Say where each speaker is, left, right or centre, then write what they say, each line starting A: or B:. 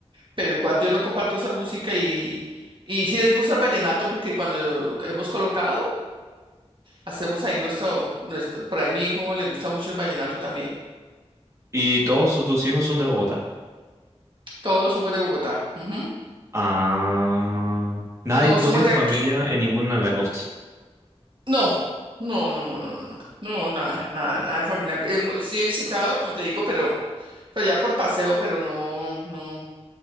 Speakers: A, on the right; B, on the right.
A: pero igual yo no comparto esa música y, y sí les gusta el vallenato porque cuando hemos colocado, hacemos ahí nuestro, nuestro, por mi hijo le gusta mucho el vallenato también.
B: ¿Y todos sus- tus hijos son de Bogotá?
A: Todos somos de Bogotá, ujú,
B: Ah... Nadie,
A: Todos
B: no
A: somos
B: tienes
A: de aquí.
B: familia en ninguna de la costa.
A: No, no, no, no, no, no, no, no, nada, nada, nada de familia. Hemo- sí he visitado, como te digo, pero, pero ya por paseo, pero no, no,